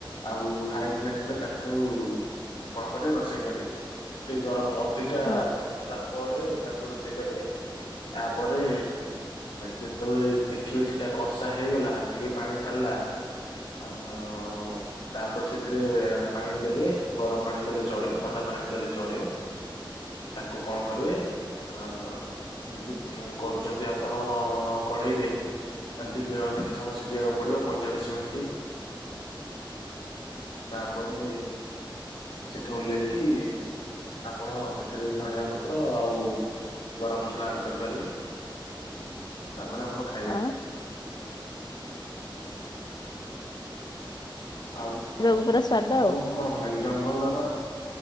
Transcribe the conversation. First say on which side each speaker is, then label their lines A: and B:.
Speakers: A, on the left (about 85°); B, on the left (about 55°).
A: ଆଉ ହାଇ ଫ୍ଲେମ ରେ ତାକୁ। କଣ କରିବେ ରୋଷେଇ କରିବେ ଟିକେ ଗରମ ଅଧିକା
B: ହଁ
A: ତାପରେ ତାକୁ ରୋଷେଇ କରିବେ ତାପରେ ଯେ ତେବେଳେ ଦେଖିବି ସେଟା କଷା ହେଇଗଲା ଟିକେ ପାଣି ଛାଡ଼ିଲା ଅ ତାପରେ ସେଥିରେ ପାଣି ଦେବେ ଗରମ ପାଣି ଦେଲେ ଚଳିବ ଥଣ୍ଡା ପାଣି ବି ଦେଲେ ଚଳିବ। ତାକୁ କଣ କରିବେ ହଁ। ଯଦି ଉଁ କରୁଛନ୍ତି ଆପଣ କଡେଇରେ ତାହେଲେ ଟିକେ ଅଧିକ ସମୟ ସିଝିବାକୁ ପଡିବ ପଇଁଚାଳିଶ ମିନିଟ୍। ତାପରେ। ସେଠୁ ଓହ୍ଲେଇକି ଆପଣ ସେଥିରେ ଧଣିଆ ପତ୍ର ଆଉ। ଗରମ ମସଲା ଆଡ କରିପାରିବେ ତାପରେ ଆପଣ ଖାଇବେ।
B: ହଁ
A: ଆଉ
B: ହଁ ପୁରା ସ୍ଵାଦ
A: ଆପଣଙ୍କୁ
B: ଆଉ।
A: କଣ ଭଲ ଲାଗେ ଜଙ୍ଗଲର